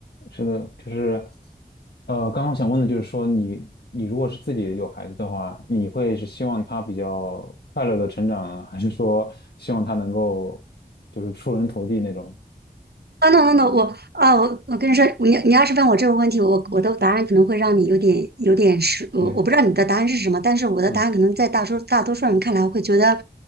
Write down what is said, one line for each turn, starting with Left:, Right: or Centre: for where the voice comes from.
Left: 是的，就是，呃，刚刚想问的就是说你，你如果是自己有孩子的话，你会是希望他比较快乐的成长，还是说希望他能够就是出人头地那种？
Right: 等等等等，我啊，我我跟你说，你你要是问我这个问题，我我的答案可能会让你有点有点是，我我不知道你的答案是什么，
Left: <laughs> 嗯
Right: 但是我的答案可能在大多大多数人看来会觉得
Left: 嗯，